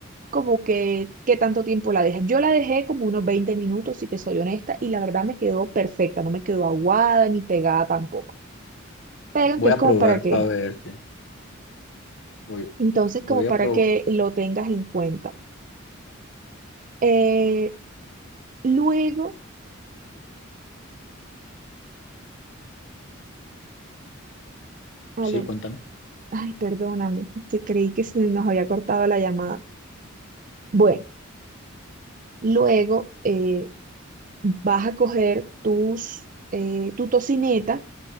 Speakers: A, on the right (about 40°); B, on the left (about 60°).
A: como que qué tanto tiempo la dejas. Yo la dejé como unos 20 minutos, si te soy honesta, y la verdad me quedó perfecta, no me quedó aguada ni pegada tampoco. Pero entonces
B: Voy a
A: como
B: probar
A: para que,
B: para verte. Voy,
A: entonces
B: voy
A: como para
B: a probar,
A: que lo tengas en cuenta. Eh, luego, aló,
B: sí, cuéntame.
A: ay, perdóname, te creí que se nos había cortado la llamada. Bueno, luego eh, vas a coger tus, eh, tu tocineta